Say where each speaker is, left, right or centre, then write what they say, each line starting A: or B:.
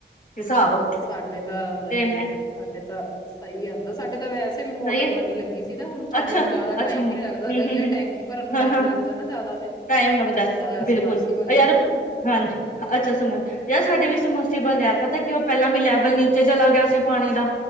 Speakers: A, on the left; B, on the left.
A: ਹਿਸਾਬ
B: ਸਾਡੇ ਤਾਂ ਮਈ
A: ਤੇ ਮੈਂ
B: ਸਾਡੇ ਤਾਂ ਸਹੀ ਆਉਂਦਾ ਸਾਡੇ ਤਾਂ ਵੈਸੇ ਵੀ
A: ਸਹੀ
B: ਮੋਟਰ
A: ਹੈ
B: ਨਵੀ ਲੱਗੀ ਸੀ ਨਾ, ਹੁਣ ਪਾਣੀ
A: ਅੱਛਾ
B: ਨੂੰ ਜ਼ਿਆਦਾ
A: ਅੱਛਾ
B: ਟਾਈਮ
A: ਮ
B: ਵੀ ਨੀ ਲੱਗਦਾ।
A: ਹਮ
B: ਕਈਆਂ
A: ਹਮ ਹਮ
B: ਟੈਂਕੀ ਭਰਨ ਨੂੰ
A: ਹਾਂ
B: ਟਾਈਮ
A: ਹਾਂ
B: ਲੱਗਦਾ ਨਾ ਜ਼ਿਆਦਾ ਫਿਰ,
A: ਟਾਈਮ ਲੱਗਦਾ
B: ਜ਼ਿਆਦਾ
A: ਬਿਲਕੁਲ
B: ਸਮਰਸੀਬਲ
A: ਉਹ
B: ਹੈ
A: ਯਾਰ
B: ਨਾ ਸਾਡੇ ਹਾਂ।
A: ਹਾਂਜੀ ਅੱਛਾ ਸਮਝ ਯਾਰ ਸਾਡੇ ਵੀ ਸਮਰਸੀਬਲ ਹੈ ਪਤਾ ਕਿ, ਉਹ ਪਹਿਲਾਂ ਵੀ ਲੈਵਲ ਨੀਚੇ ਚਲਾ ਗਿਆ ਸੀ ਪਾਣੀ ਦਾ।